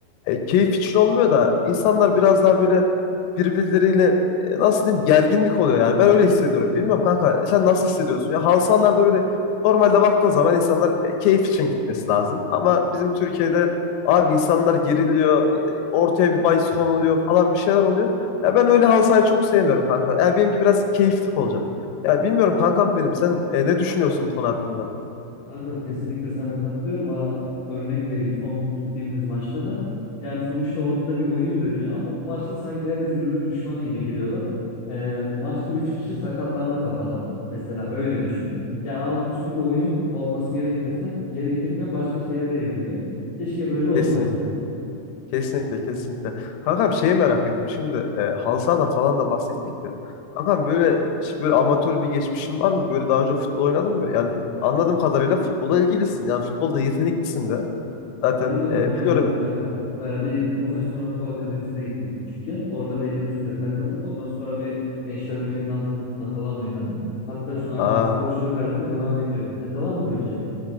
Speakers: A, on the left; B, on the left.
A: e, keyif için olmuyor da insanlar biraz daha böyle birbirleriyle e, nasıl diyeyim gerginlik oluyor yani. Ben öyle hissediyorum. Bilmiyorum kanka e, sen nasıl hissediyorsun? Ya halı sahalarda böyle normalde baktığın zaman insanlar e, keyif için gitmesi lazım. Ama bizim Türkiye'de abi insanlar geriliyor. e, Ortaya bir bahis konuluyor falan bir şeyler oluyor. Ya ben öyle halı sahayı çok sevmiyorum kanka. Yani benimki biraz keyiflik olacak. Ya bilmiyorum kankam benim sen e, ne düşünüyorsun bu konu hakkında?
B: Kankam kesinlikle sana katılıyorum. Aa, örnek vereyim. Son gittiğimiz maçta da yani sonuçta ortada bir oyun dönüyor ama bu maçta sanki herkes birbirinin düşmanı gibi giriyorlar. Ee, maçta 3 kişi sakatlandı kafada. Mesela öyle düşün. Yani alt üstü bir oyun olması gerekirken, gerekirken başka şeylere evriliyor. Keşke böyle olmasa.
A: Kesinlikle. Kesinlikle
B: Yani.
A: kesinlikle. Kankam şeyi merak ettim. Şimdi e, halı sahadan falan da bahsettik de. Kankam böyle hiç böyle amatör bir geçmişin var mı? Böyle daha önce futbol oynadın mı? Yani anladığım kadarıyla futbola ilgilisin. Yani futbolda yeteneklisin de. Zaten
B: Oynadım
A: e,
B: oynadım
A: biliyorum.
B: kanka. Ee, Bir profesyonel futbol akademisine gittim küçükken. Orada belli bir süre takıldım. Ondan sonra bir Gençler Birliği'nin altyapısında falan oynadım. Hatta şu an
A: Aa,
B: aktif sporculuk hayatımda devam ediyor. Sende var mı böyle şeyler?